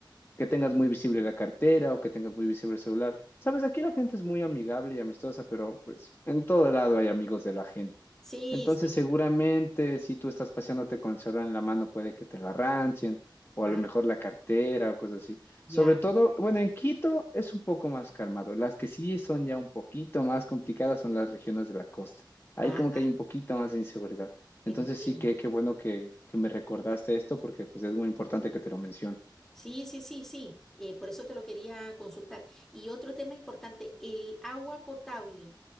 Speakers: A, on the left (about 30°); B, in the centre.
A: que tengas muy visible la cartera o que tengas muy visible el celular. Sabes, aquí la gente es muy amigable y amistosa, pero pues en todo lado hay amigos de lo ajeno.
B: Sí,
A: Entonces,
B: sí,
A: seguramente si tú estás paseándote con el celular en la mano, puede que te lo arranchen o a
B: ah,
A: lo mejor la cartera o cosas así.
B: ya,
A: Sobre todo, bueno, en Quito es un poco más calmado. Las que sí son ya un poquito más complicadas son las regiones de la costa. Ahí
B: ah,
A: como que hay un poquito más de inseguridad. Entonces
B: entiendo.
A: sí que qué bueno que, que me recordaste esto porque pues es muy importante que te lo mencione.
B: Sí, sí, sí, sí. eh, por eso te lo quería consultar. Y otro tema importante, el agua potable.